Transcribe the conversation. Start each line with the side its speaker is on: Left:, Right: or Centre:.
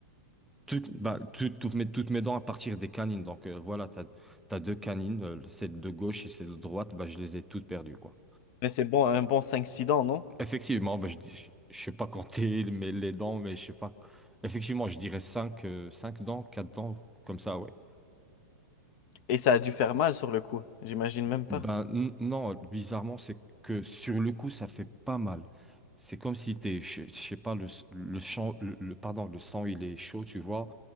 Centre: Toutes, bah, tout- toutes mes, toutes mes dents à partir des canines. Donc euh, voilà, t'as, t'as deux canines, euh, celle de gauche et celle de droite, bah, je les ai toutes perdues, quoi.
Left: Mais c'est bon, un bon cinq six dents, non?
Centre: Effectivement, bah, je, dis- je sais pas compter <laughs> mais les dents, mais je sais pas. Effectivement, je dirais cinq, euh, cinq dents, quatre dents, comme ça, ouais.
Left: Et ça a dû faire mal sur le coup, j'imagine même
Centre: Ben
Left: pas.
Centre: n- non, bizarrement, c'est que sur le coup, ça fait pas mal. C'est comme si t'es, je, je sais pas, le, s- le, champ- le, le- pardon, le sang, il est chaud, tu vois.